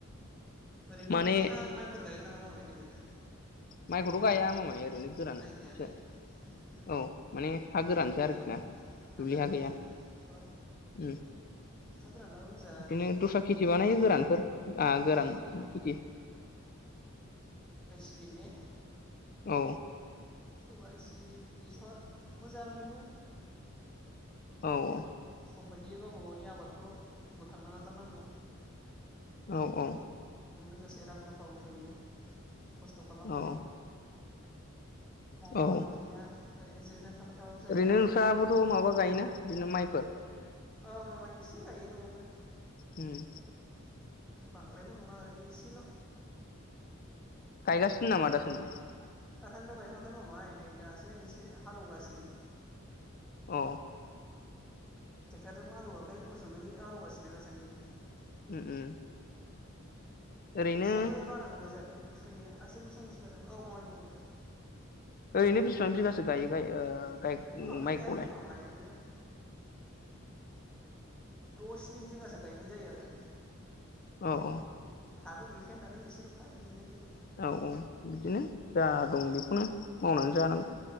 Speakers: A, in the centre; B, on the left (about 45°).
A: ओरैनो
B: माने
A: नोंसा माइफोर गायगोन नामा मामाय देग्लाय
B: माइखौथ' गाया मामाय <unintelligible> रैनो गोरान
A: माइ गाया
B: सो
A: ने उम
B: औ माने हा गोरानसो
A: उम
B: आरोना दुब्लि
A: गोरान
B: हा
A: ने
B: गैया
A: औ
B: उम
A: हा गोरानाबो मोजां
B: बिदिनो दस्रा खेथि बानायो गोरानफोर आ गोरान
A: औ औ
B: खेथि
A: बिंने
B: औ
A: सबाइ सिबिं बेसर मोजां बेबो
B: औ- औ
A: सम बायदियै गावबा गावनि आबादखौ बोखांनो नाजा नांगौ
B: औ -औ
A: लोगोसे रां रुफा फैयो खस्थ' खालामबानो
B: औ
A: मावाबानो
B: औ
A: फैया ओरैनो जिरायनानै थाबाय थाबाबो जाया
B: ओरैनो नोंसाबोथ' माबा गायोना बिदिनो माइफोर
A: औ मामा इस से गायो न'आवनो
B: उम
A: बांद्रायबो नङा ओरैनो इसेल'
B: गायगासिनो नामा दा सान्दि
A: दासान्द गायथ'वाखै मामाय नै दासो एसे हालोवगासिनो
B: अ
A: <unintelligible> जों हालोवाखै मोसौजोनि हालौवगास <unintelligible>
B: उम -उम ओरैनो
A: खोथियाबो बारा गोबाव जायाख खै खुनिया <unintelligible> <unintelligible>
B: ओरैनो बिसिबां बिगासो गायो गाय ओ गाय
A: औरैनो बांद्राय
B: माइखौलाय
A: गायालै मामाय ओरैनो द' स्नि बिगासो गायनाय जायो आरो
B: औ औ।
A: हाबो गैखाया नालाय एसेल'खा बेनोसै
B: औ औ बिदिनो जा दं बेखौनो मावनानै
A: उम
B: जानांगौ।